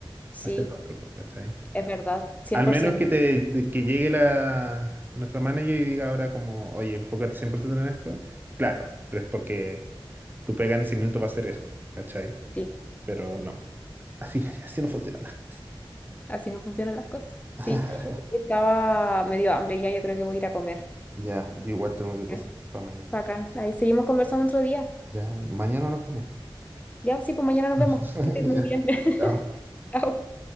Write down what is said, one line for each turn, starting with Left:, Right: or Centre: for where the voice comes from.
Left: Sí,
Right: hacer lo otro, pues, ¿cachai?
Left: es verdad, cien
Right: Al
Left: por
Right: menos
Left: ciento.
Right: que te que llegue la nuestra manager y diga ahora como, oye, enfócate 100% en esto. Claro, pero es porque tu pega en ese minuto va a ser eso, ¿cachai?
Left: sí,
Right: Pero no. Así, <laughs> así no funcionan las cosas.
Left: así no funcionan las cosas,
Right: <laughs>
Left: sí. Estaba medio hambre ya, yo creo que voy a ir a comer.
Right: Ya, yo igual tengo que cocinar
Left: Ya.
Right: para mañana.
Left: Bacán, ahí seguimos conversando otro día.
Right: Ya, bueno, mañana nos vemos. po.
Left: Ya, sí, pues mañana nos vemos.
Right: <laughs>
Left: Que estés muy
Right: Ya.
Left: bien. <laughs>
Right: Chao.
Left: Chao.